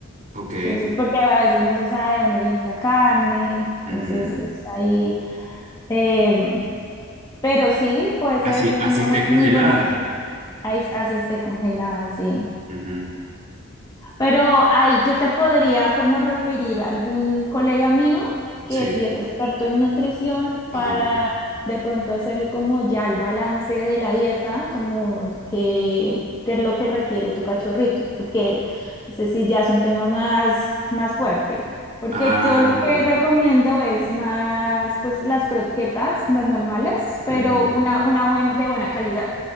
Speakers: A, on the right; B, on the left.
A: Ok.
B: Entonces, porque a veces no se sabe de dónde viene esa carne,
A: Ujú.
B: entonces es ahí, em, pero sí puede ser
A: Así,
B: una
A: así esté
B: bue-
A: congelada.
B: muy buena opción. Ahí, así esté congelada, sí.
A: Ujú.
B: Pero ahí yo te podría como referir a algún colega mío que
A: Sí.
B: sí es experto en nutrición
A: Ajá.
B: para de pronto hacerle como ya el balance de la dieta, como que, que es lo que requiere tu cachorrito, porque ese sí ya es un tema más, más fuerte. Porque
A: Ah,
B: yo lo
A: ok.
B: que recomiendo es más, pues las croquetas, las normales, pero
A: Ujú.
B: una, una buena, de buena calidad.